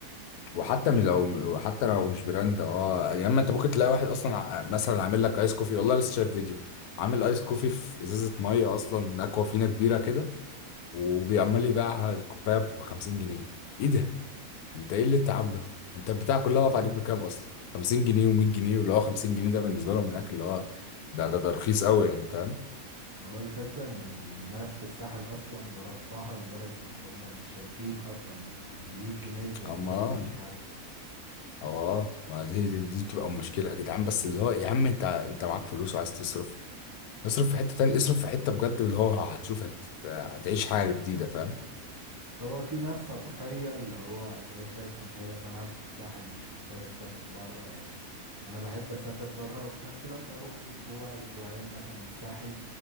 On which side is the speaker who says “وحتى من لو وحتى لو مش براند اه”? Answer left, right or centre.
Left